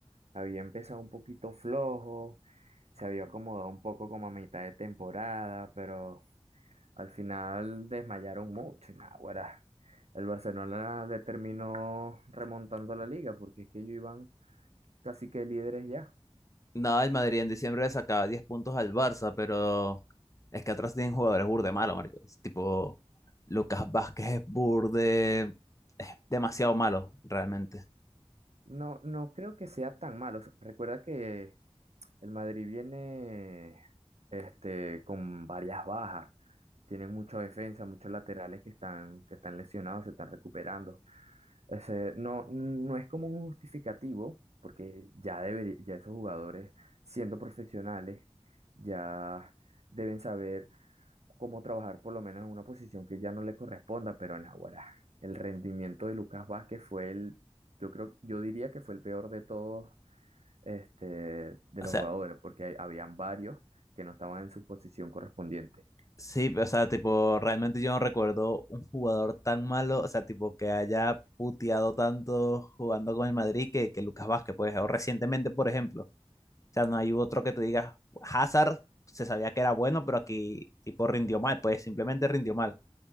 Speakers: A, on the right (about 80°); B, on the left (about 30°).
A: Había empezado un poquito flojo, se había acomodado un poco como a mitad de temporada, pero al final desmayaron mucho. Y nah, ahora el Barcelona determinó remontando la liga porque es que ellos iban Casi que líderes ya.
B: No, el Madrid en diciembre le sacaba 10 puntos al Barça, pero es que atrás tienen jugadores burde malo, marico. Es tipo, Lucas Vázquez es burde, es demasiado malo, realmente.
A: No, no creo que sea tan malo. S- Recuerda que el Madrid viene este, con varias bajas. Tienen mucha defensa, muchos laterales que están, que están lesionados, se están recuperando. Ese, no, no es como un justificativo, porque ya, deberi- ya esos jugadores, siendo profesionales, ya deben saber como trabajar por lo menos en una posición que ya no le corresponda, pero en Naguará, el rendimiento de Lucas Vázquez fue el, yo creo, yo diría que fue el peor de todos, este, de
B: O
A: los
B: sea,
A: jugadores, porque hay- habían varios que no estaban en su posición correspondiente.
B: sí, o sea, tipo, realmente yo no recuerdo un jugador tan malo, o sea, tipo, que haya puteado tanto jugando con el Madrid que, que Lucas Vázquez, pues, o recientemente, por ejemplo. O sea, no hay otro que tú digas, Hazard se sabía que era bueno, pero aquí tipo rindió mal, pues simplemente rindió mal.